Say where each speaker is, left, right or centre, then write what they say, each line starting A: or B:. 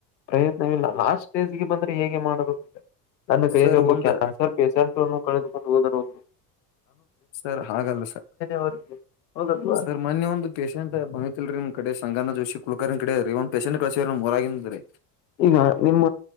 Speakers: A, on the left; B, on the left.
A: ಪ್ರಯತ್ನವಿಲ್ಲ ಲಾಸ್ಟ್ ಸ್ಟೇಜ್ಗೆ ಬಂದ್ರೆ ಹೇಗೆ ಮಾಡಬೇಕು ಸರ್ ನನ್ನ ಕೈಯಲ್ಲಿ
B: ಸರ್
A: ಒಬ್ಬ
B: ಒಂದ್
A: ಕ್ಯಾನ್ಸರ್ ಪೇಷಂಟನ್ನು ಕಳೆದುಕೊಂಡು ಹೋದರವರು
B: ಸರ್ ಹಾಗಲ್ಲ ಸ
A: ಅವರಿಗೆ ಹೌದಲ್ವಾ
B: ಸರ್ ಮೊನ್ನೆ ಒಂದು ಪೇಶೆಂಟ್ ಬಂಗತಿಲ್ರಿ ನಿಮ್ ಕಡೆ ಸಂಗನ ಜೋಶಿ ಕುಲಕರ್ನ್ ಕಡೆ ರೀ ಒಂದ ಪೆಂಟ್ ಕಸೋರಂದ್ರೀ
A: ಈಗ ನಿಮ್ಮ